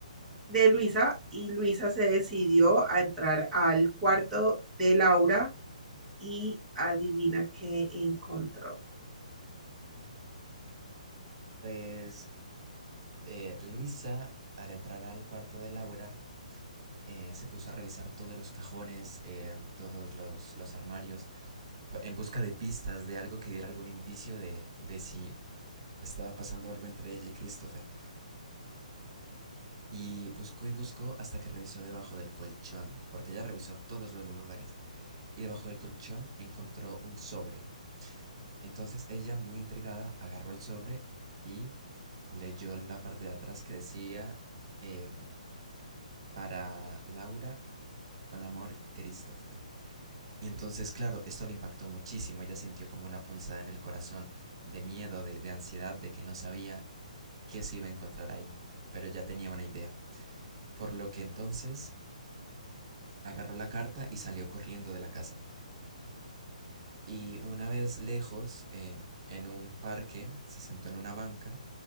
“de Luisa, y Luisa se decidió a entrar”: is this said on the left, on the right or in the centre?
Centre